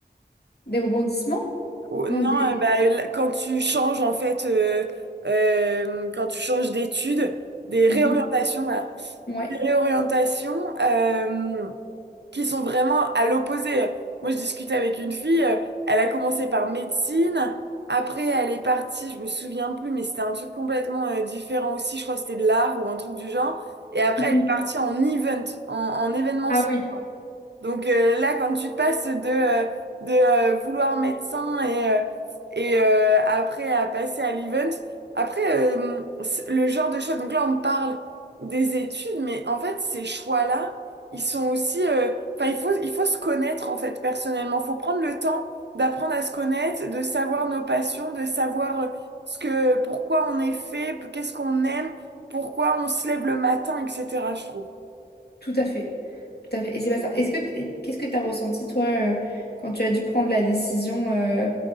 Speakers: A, on the left; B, on the right.
A: Des rebondissements?
B: ou- Non,
A: Non, des...
B: euh, bah, l- quand tu changes en fait, euh, euh, quand tu changes d'études, des réorientations,
A: Mhm,
B: voilà.
A: Ouais.
B: des réorientations euh, qui sont vraiment à l'opposé. Moi, je discutais avec une fille, euh, elle a commencé par médecine, après elle est partie, je me souviens plus, mais c'était un truc complètement euh, différent aussi, je crois que c'était de l'art ou un truc du genre,
A: <laughs>
B: et après
A: Mhm.
B: elle est partie en event, en, en événementiel.
A: Ah oui,
B: Donc euh, là, quand tu passes de, euh, de euh, vouloir médecin et, euh, et euh, après à passer à l'event, après euh, c'est le genre de choix, donc là on parle des études, mais en fait ces choix-là, ils sont aussi, euh, enfin il faut, il faut se connaître en fait personnellement, il faut prendre le temps d'apprendre à se connaître, de savoir nos passions, de savoir euh, ce que, pourquoi on est fait, qu'est-ce qu'on aime, pourquoi on se lève le matin, etc. je trouve.
A: tout à fait. Tout à fait. Et c'est pas ça. Est-ce que t- qu'est-ce que tu as ressenti, toi, euh, quand tu as dû prendre la décision euh,